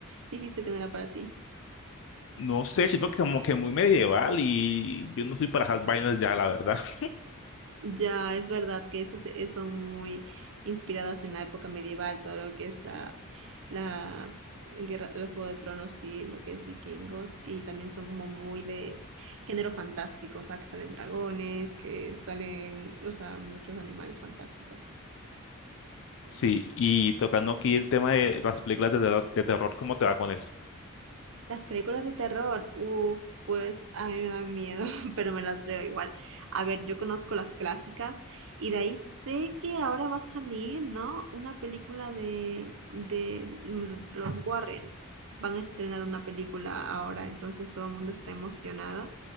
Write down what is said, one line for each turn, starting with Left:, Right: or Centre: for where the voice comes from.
Right: dijiste que no era para ti.
Left: No sé, siento que como que muy medieval y yo no soy para esas vainas ya, la verdad. <laughs>
Right: Ya es verdad que estas e- son muy inspiradas en la época medieval, todo lo que es la, la guerra, el Juego de Tronos y lo que es vikingos, y también son como muy de género fantástico, o sea, que salen dragones, que salen, o sea, muchos animales fantásticos.
Left: Sí, y tocando aquí el tema de las películas de terror, de terror, ¿cómo te va con eso?
Right: Las películas de terror, uh, pues a mí me dan miedo, <laughs> pero me las veo igual. A ver, yo conozco las clásicas y de ahí sé que ahora va a salir, ¿no? Una película de, de los Warren. Van a estrenar una película ahora, entonces todo el mundo está emocionado.